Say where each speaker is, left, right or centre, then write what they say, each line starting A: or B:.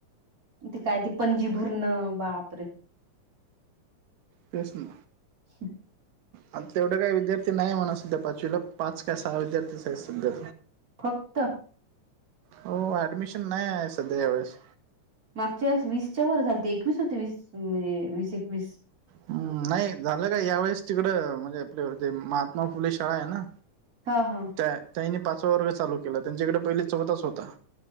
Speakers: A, on the right; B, on the right.
A: ते काय ते पणजी भरणं बापरे
B: प्रष्न
A: श
B: आता तेवढं काय विद्यार्थी नाही म्हणा सध्या पाचवीला पाच काय सहा विद्यार्थीच आहेत सध्या
A: फक्त
B: हो ऍडमिशन नाही आहे सध्या यावेळेस
A: मागच्या वीसच्या वर झाल ते एकवीस होते वीस म्हणजे वीस एकवीस
B: हम् नाही झालं का या वेळेस तिकड म्हणजे आपले जे महात्मा फुले शाळा आहे ना
A: हा हा
B: त्यांनी पाचवा वर्ग चालू केला त्यांच्याकडे पहिली चौथास होता